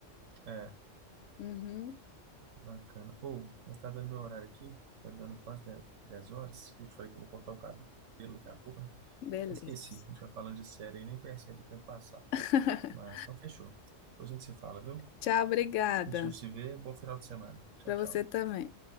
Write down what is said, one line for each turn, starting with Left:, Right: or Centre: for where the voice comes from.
Right: É,
Left: Uhum,
Right: bacana. Ou, mas tá dando meu horário aqui, tá dando quase 10 horas. e Eu te falei que eu vou cortar o cabelo daqui a pouco, né?
Left: beleza.
Right: Esqueci, a gente vai falando de série e nem percebe o tempo passar.
Left: <laughs>
Right: Mas então fechou. Depois a gente se fala, viu?
Left: Tchau, obrigada.
Right: Se a gente não se vê, bom final de semana. Tchau,
Left: Para
Right: tchau.
Left: você também.